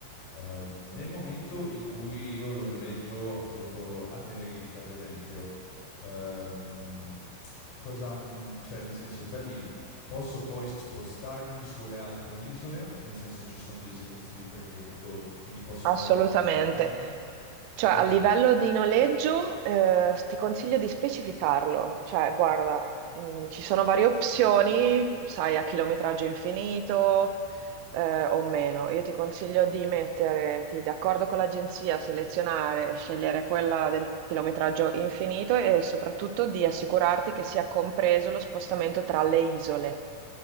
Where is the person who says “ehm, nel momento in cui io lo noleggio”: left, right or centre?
Left